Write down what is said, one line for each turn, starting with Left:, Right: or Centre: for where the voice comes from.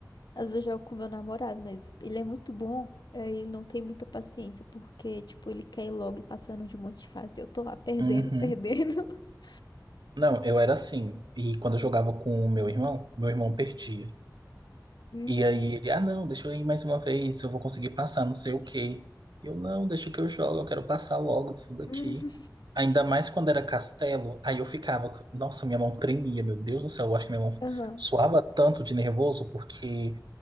Left: Às vezes eu jogo com meu namorado, mas ele é muito bom. Aí ele não tem muita paciência, porque, tipo, ele quer ir logo e passando de um monte de fase. Eu tô lá perdendo,
Right: Uhum.
Left: perdendo. <laughs>
Right: Não, eu era assim. E quando eu jogava com o meu irmão, meu irmão perdia.
Left: Uhum.
Right: E aí ele, ah, não, deixa eu ir mais uma vez, eu vou conseguir passar, não sei o quê. E Eu, não, deixa que eu jogo, eu quero passar logo disso daqui.
Left: Uhum.
Right: Ainda mais quando era castelo, aí eu ficava, nossa, minha mão tremia, meu Deus do céu, eu acho que minha mão
Left: Aham.
Right: suava tanto de nervoso, porque